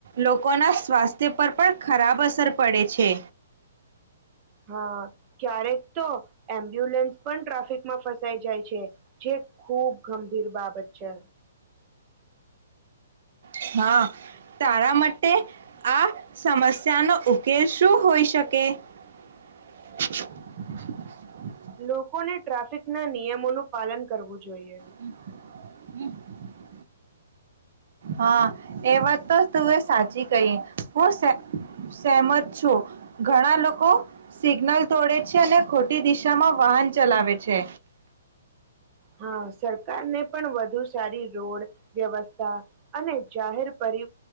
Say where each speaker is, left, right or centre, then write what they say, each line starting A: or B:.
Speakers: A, on the right (about 60°); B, on the right (about 25°).
A: લોકો ના સ્વાસ્થ્ય પર પણ ખરાબ અસર પડે છે,
B: હા ક્યારેક તો એમ્બ્યુલન્સ પણ ટ્રાફિકમાં ફસાઈ જાય છે, જે ખુબ ગંભીર બાબત છે,
A: <unintelligible> તારા માટે આ સમસ્યાનોઉકેલ શું હોઈ શકે <unintelligible> <unintelligible>
B: લોકોને ટ્રાફિક ના નિયમોનું પાલન કરવું જોઈએ
A: <unintelligible> હા એ વાત તો તું એ સાચી કહી હું સહેમત છો ઘણા લોકો સિગ્નલ તોડે છે અને ખ મો દિશામાં વાહન ચલાવે છે,
B: હા સરકાર ને પણ વધુ સારી રોડ વ્યવસ્થા અને જાહેર પર